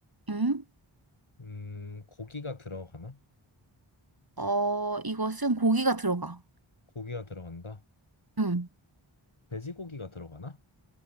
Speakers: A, on the right (about 45°); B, on the left (about 70°).
A: 응?
B: 음, 고기가 들어가나?
A: 어, 이것은 고기가 들어가.
B: 고기가 들어간다.
A: 응.
B: 돼지고기가 들어가나?